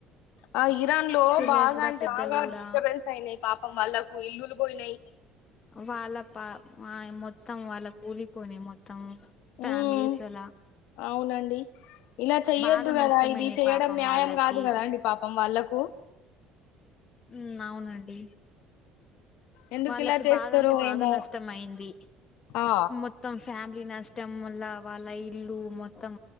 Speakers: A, on the left; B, on the left.
A: ఆ ఇ ఇరాన్ లో
B: పిల్లలు
A: బాగా
B: కూడా
A: అంటే
B: పెద్దలు
A: బాగా
B: కూడా
A: డిస్టర్బెన్స్ అయియి పాపం వాళ్ళలకు ఇల్లులు బయి నయి
B: వాళ్ళ పా మొత్తం వాళ్ళ కూలిపోనే మొత్తం మోత్తం
A: ఉమ్
B: ఫ్యామిలీస్ అలా
A: అవునండి ఇలా చెయ్యొద్దు
B: బాగా
A: కదా
B: నష్టమైనాయి
A: ఇది చెయ్యడం
B: పాపం
A: న్యాయం
B: వాళ్ళకి
A: కాదు కదా అండి పాపం వాళ్ళకు
B: ఉమ్ అవునండి
A: ఎందుకు
B: వాళ్ళకి
A: ఇలా చేస్తారో
B: బాగా అంటే బాగా
A: ఏమో
B: నష్టం అయింది
A: ఆ
B: మొత్తం ఫ్యామిలీ ఇడి నష్టం వల్ల వాళ్ళ ఇల్లు మొత్తం